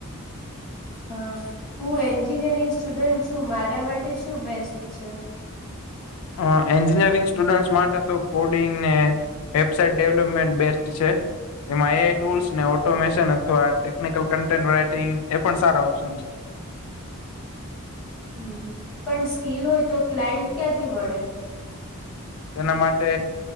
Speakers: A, in the centre; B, on the left (about 70°).
A: હા હું એન્જિનિયરિંગ સ્ટુડન્ટ છું મારા માટે શું બેસ્ટ છે.
B: અ એન્જિનિયરિંગ સ્ટુડન્ટ માટે તો કોડિંગ ને વેબસાઇટ ડેવલપમેન્ટ બેસ્ટ છે એમાં એ. આઈ. ટુલ્સ ને ઓ ટોમેશન અથવા ટેકનિકલ કન્ટેન્ટ રાઈટિંગ એ પણ સારા ઓપ્શન છે.
A: હમ્મ પણ સ્કીલ હોય તો ક્લાયન્ટ ક્યાંથી મળે.
B: તેના માટે